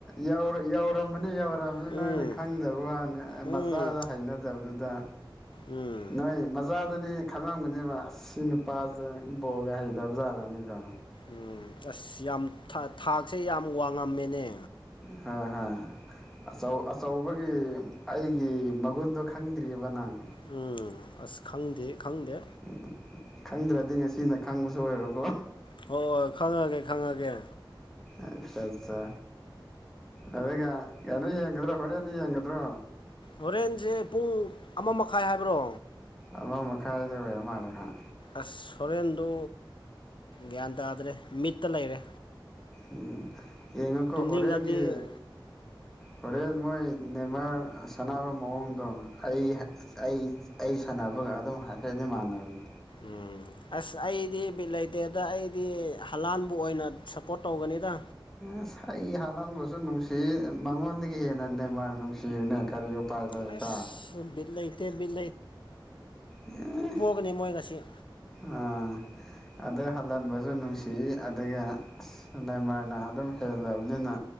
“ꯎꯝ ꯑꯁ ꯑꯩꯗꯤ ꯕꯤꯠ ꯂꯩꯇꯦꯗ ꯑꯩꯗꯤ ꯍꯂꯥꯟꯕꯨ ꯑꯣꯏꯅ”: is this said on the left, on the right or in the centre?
Left